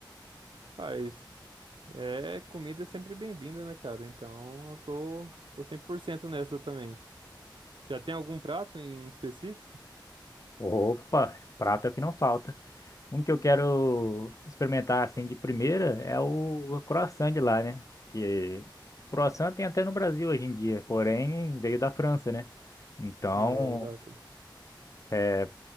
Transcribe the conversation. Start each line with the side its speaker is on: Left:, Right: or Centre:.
Right: Mas é, comida é sempre bem-vinda, né, cara? Então eu tô, tô 100% nessa também. Já tem algum prato em específico?
Left: Opa, prato é o que não falta. Um que eu quero experimentar assim de primeira é o croissant de lá, né? Que croissant tem até no Brasil hoje em dia, porém veio da França, né? Então,
Right: É, exato.
Left: é